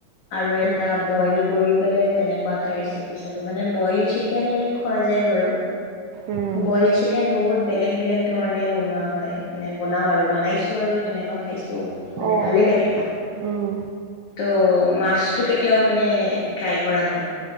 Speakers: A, on the left (about 55°); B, on the right (about 75°).
A: আৰু এটা
B: উম
A: বইল কৰি <unintelligible> তেনেকুৱা এটা ৰেচিপি চালো, মানে বইল চিকেন এনে খোৱা যায় বাৰু।
B: উম
A: বইল চিকেন বহুত বেলেগ বেলেগ ধৰণে বনোৱা হয়, মানে বনাওঁ আৰু বনাইছোঁ আৰু তেনেকুৱা খাইছোঁ মানে
B: অ
A: ভালেই লাগে।
B: উম
A: অ, মাছটো কেতিয়াও মানে ট্ৰাই কৰা নাই।